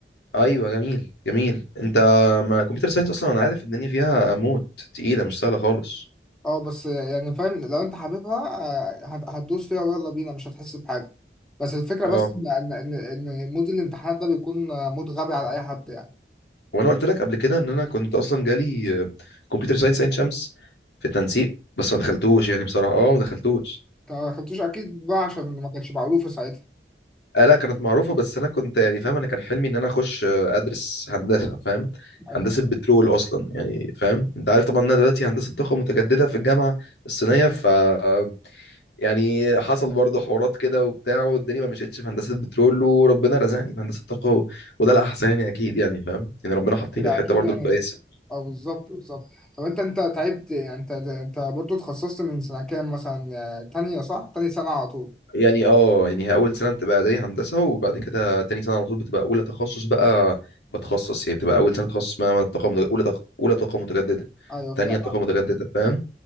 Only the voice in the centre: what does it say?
اه بس يعني فاهم لو انت حاببها آه، هت- هتدوس فيها ويلا بينا مش هتحس بحاجة بس الفكرة
بس ان ان ان إن مود الامتحانات ده بيكون آه، مود غبي على اي حد يعني
ما خدتوش اكيد بقى عشان ما كانتش معروفه ساعتها
ايوه
ايوه
كده
اكيد
يعني
اه بالظبط بالظبط طب انت انت تعبت يعني انت انت برضو اتخصصت من سنه كام مثلا آه، تانية صح تاني سنه على طول
ايوه
فاهم
أيوة.